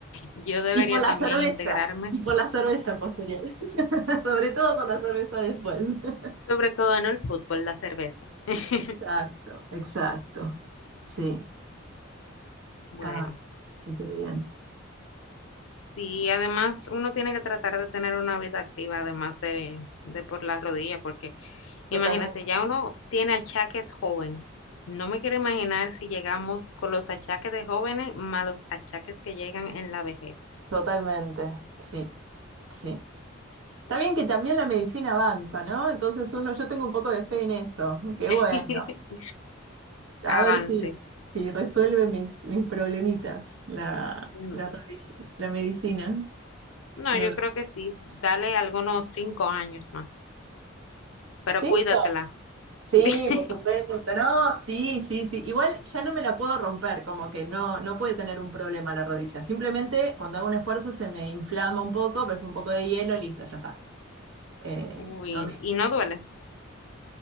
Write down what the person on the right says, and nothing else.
Y por la
cerveza,
y por la cerveza posterior. <laughs> Sobre todo por la cerveza después. <laughs>
Exacto, exacto. Sí.
Ah, sí, qué bien.
Totalmente,
totalmente, sí, sí. Está bien que también la medicina avanza, ¿no? Entonces uno, yo tengo un poco de fe en eso. Qué
bueno. A
ver si, si resuelve mis, mis problemitas la,
la, radi- la medicina.
No
lo-
¿Cinco?
Sí,
por supuesto. No, sí, sí, sí. Igual ya no me la puedo romper, como que no, no puede tener un problema la rodilla. Simplemente cuando hago un esfuerzo se me inflama un poco, pero es un poco de hielo, listo, ya está. Eh,
no me-